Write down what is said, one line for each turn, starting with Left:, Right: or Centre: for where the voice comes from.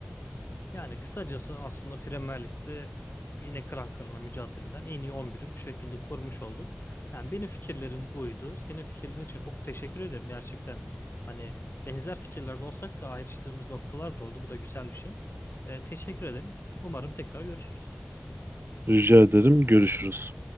Left: Yani kısacası aslında Premier Lig'de yine kıran kırana mücadeleden en iyi 11'i bu şekilde kurmuş olduk. Yani benim fikirlerim buydu. Senin fikirlerin için çok teşekkür ederim. Gerçekten hani benzer fikirlerde olsak da ayrıştığımız noktalar da oldu. Bu da güzel bir şey. Ee, teşekkür ederim. Umarım tekrar görüşürüz.
Right: Rica ederim. Görüşürüz.